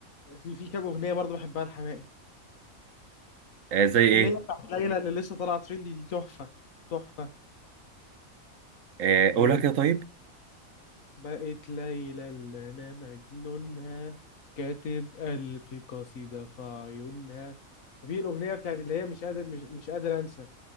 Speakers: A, on the left; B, on the right.
A: في في كام اغنيه برضه بحبها لحماقي
B: آه زي
A: في اللي
B: ايه
A: هي بتاعت ليلى اللي لسه طالعه ترندي دي تحفه تحفه
B: آه
A: لا
B: قولها كده طيب
A: بقت ليلى اللي انا مجنونها كاتب الف قصيده في عيونها وفي الاغنيه بتاعت اللي هي مش قادر مش مش قادر انسى